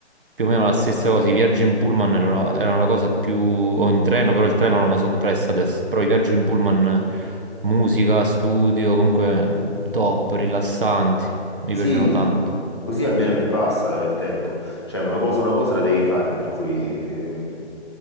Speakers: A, on the right; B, on the left.
A: più o meno la stessa cosa. I viaggi in pullman erano, erano la cosa più... o in treno, però il treno l'hanno soppresso adesso, però i viaggi in pullman, musica, studio, comunque mm, top, rilassanti, mi
B: Sì,
A: piacevano tanto.
B: così almeno ti passa il tempo. Cioè, una cosa, una cosa la devi fare, per cui eh,